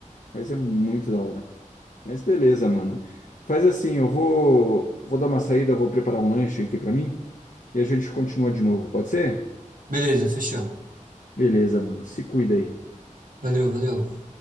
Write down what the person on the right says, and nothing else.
Beleza, fechou.
Valeu, valeu.